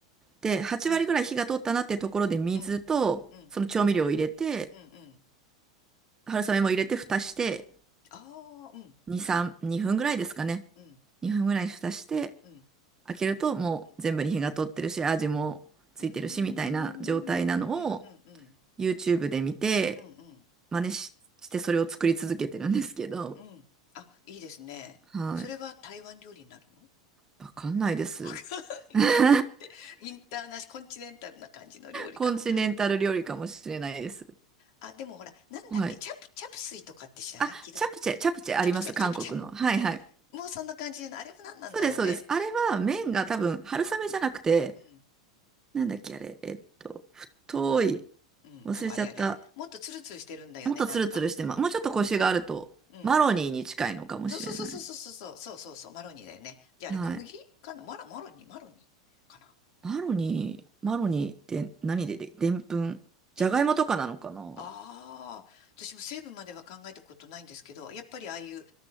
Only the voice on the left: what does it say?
うん、うん、うん、
うん、うん。
ああ、うん、
うん、
うん。
うん、
うーん、
うん、うん、うん。
うんうんうんうんああうんうんうんうんうんうんうんうんうんうん
うん。あ、いいですね。
それは台湾料理になるの
<laughs>
ないって。インターナショ、コンチネンタルな感じの料理かな。
あ、でもほら、なんだっけ、
チャプ、チャプスイとかって知らない聞いたこと。
チャプチャ、
チャプチャ。
うん。もうそんな感じじゃない。あれは何なんだろう、
麺。
うん。うん。
うん。
そう、あれあれ。もっとツルツルしてるんだよね、
なんか。
うん。うん。
そうそうそうそうそうそうそうそうそう、マロニーだよね。じゃああれ小麦かなマロ、
マロニー、マロニーかな。
で、ああ、私も成分までは考えたことないんですけど、やっぱりああいう、